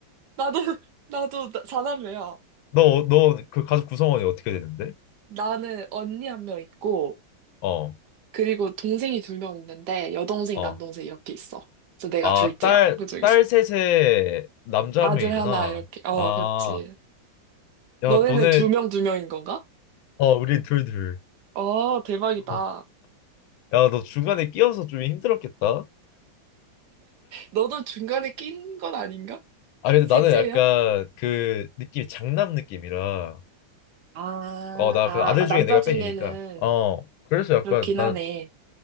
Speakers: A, on the right; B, on the left.
A: 나도, <laughs> 나도 나- 사남매야.
B: 너 너 그 가족 구성원이 어떻게 되는데?
A: 나는 언니 한 명 있고,
B: 어.
A: 그리고 동생이 두 명 있는데, 여동생,
B: 어.
A: 남동생 이렇게 있어. 그래서 내가
B: 아,
A: 둘째야,
B: 딸
A: 그중에서.
B: 딸 셋에 남자
A: 아들
B: 한 명이구나.
A: 하나, 이렇게. 어,
B: 아,
A: 그렇지.
B: 야,
A: 너네는
B: 너네
A: 두 명, 두 명인 건가?
B: 어, 우리 둘 둘.
A: 어, 대박이다.
B: 어, 야, 너 중간에 끼어서 좀 힘들었겠다.
A: 너도 중간에 낀 건 아닌가?
B: 아, 근데 나는
A: 셋째면?
B: 약간 그 느낌이 장남 느낌이라.
A: 아,
B: 어, 나
A: 아,
B: 그 아들 중에
A: 남자
B: 내가
A: 중에는
B: 뺀이니까. 어, 그래서 약간
A: 그렇긴
B: 나,
A: 하네.